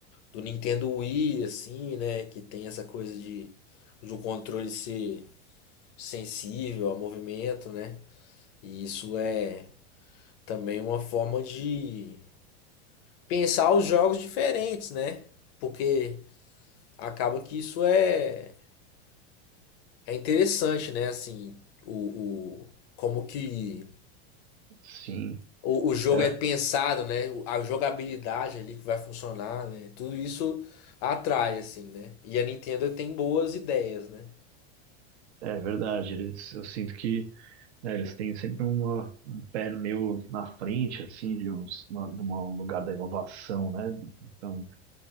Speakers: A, on the left (about 40°); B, on the right (about 85°).
A: do Nintendo Wii, assim, né? Que tem essa coisa de, de um controle ser sensível ao movimento, né? E isso é Também uma forma de pensar os jogos diferentes, né? Porque acaba que isso é, é interessante, né? Assim, o, o como que
B: Sim,
A: o, o jogo
B: é,
A: é pensado, né? O- A jogabilidade ali que vai funcionar, né? Tudo isso atrai, assim, né? E a Nintendo tem boas ideias, né?
B: é verdade. Eles, eu sinto que, né, eles têm sempre uma, um pé meio na frente, assim, de, uns, uma, de uma- um lugar da inovação, né? Então